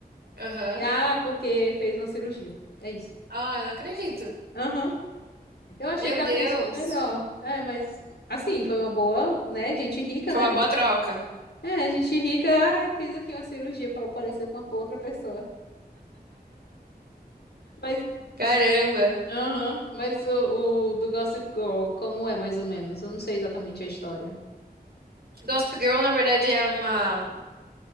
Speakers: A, on the right (about 70°); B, on the left (about 80°).
A: Aham.
B: E, ah, porque fez uma cirurgia. É isso.
A: Ah, eu não acredito.
B: Aham. Eu achei
A: Meu
B: que a
A: Deus.
B: atriz ficou melhor. É, mas assim, foi uma boa, né? Gente rica,
A: Foi
B: né?
A: uma boa troca.
B: É, gente rica, ah, fiz aqui uma cirurgia pra eu parecer com uma outra pessoa. Mas,
A: Caramba.
B: aham, mas o, o do Gossip Girl, como é mais ou menos? Eu não sei exatamente a história.
A: Gossip Girl, na verdade, é uma,